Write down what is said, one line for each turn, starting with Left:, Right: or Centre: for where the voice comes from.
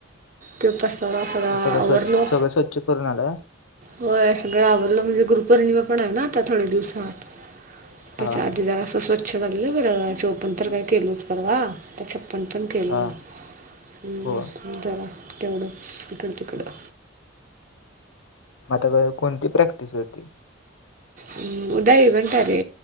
Right: त्यो पसारा सगळा
Left: मग सगळं
Right: आवरलो
Left: स्वच्छ सगळं स्वच्छ करून आला
Right: व्हय, सगळं आवरलं, म्हणजे गुरूपौर्णिमा पण आहे ना, आता थोड्या दिवसात
Left: हा
Right: त्याच्या
Left: हा
Right: आधी जरासं, स्वच्छ झालेलं बरं, चोपन तर काय केलच परवा आता छप्पन पण केलं,
Left: हा
Right: हंम
Left: हो मग
Right: जरा तेवढंच इकडं -तिकडं
Left: म, आता गवा, कोणती प्रॅक्टिस होती?
Right: उं, उद्या इव्हेंट हाय रे,